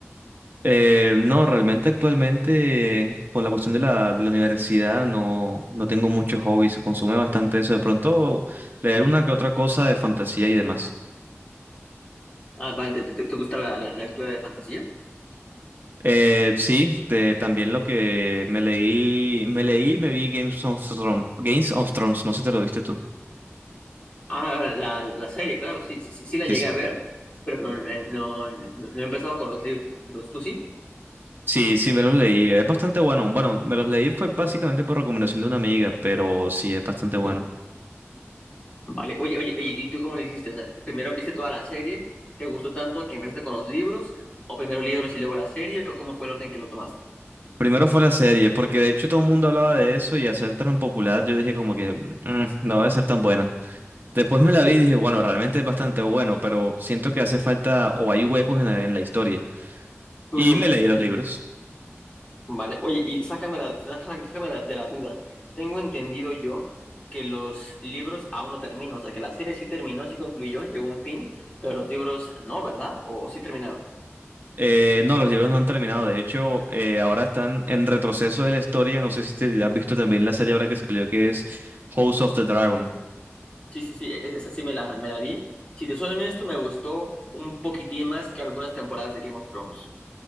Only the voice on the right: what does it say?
Eh, no, realmente actualmente, por la cuestión de la, de la universidad, no, no tengo muchos hobbies. Consume bastante eso. De pronto, leer una que otra cosa de fantasía y demás.
Eh, sí, te- también lo que me leí, me leí, y me vi Games of Thrones, Games of Thrones, no sé si te lo viste tú.
Sí,
sí.
Sí, sí, me los leí. Es bastante bueno. Bueno, me los leí fue básicamente por recomendación de una amiga, pero sí, es bastante bueno.
Primero fue la serie, porque de hecho todo el mundo hablaba de eso y al ser tan popular yo dije como que "Mm, no va a ser tan buena. Después me la
vi y dije, bueno, realmente es bastante bueno, pero siento que hace falta o hay huecos en la, en la historia. Y
me leí los libros.
Eh, no, los libros no han terminado. De hecho, eh, ahora están en retroceso de la historia. No sé si te has visto también la serie ahora que salió que es House of the Dragon.